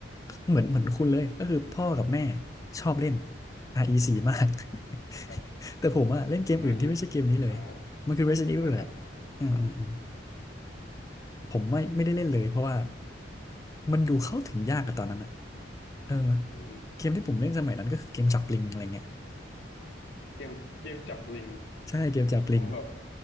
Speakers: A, on the left; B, on the left.
A: เหมือนเหมือนคุณเลยก็คือพ่อกับแม่ชอบเล่น RE4 มาก
B: นะครับ
A: <laughs> แต่ผมอะเล่นเกมอื่นที่ไม่ใช่เกมนี้เลย
B: R E ออ่า
A: มันคือ Resident Evil
B: อ่าครับ
A: แหละอืมอืมอืม ผมไม่ไม่ได้เล่นเลยเพราะว่ามันดูเข้าถึงยากอะตอนนั้นอะเออ
B: อืม
A: เกมที่ผมเล่นสมัยนั้นก็คือเกมจับปลิงอะไรเงี้ย
B: เกมเกมจับลิง
A: ใช่เกมจับปลิง
B: ผมแบบ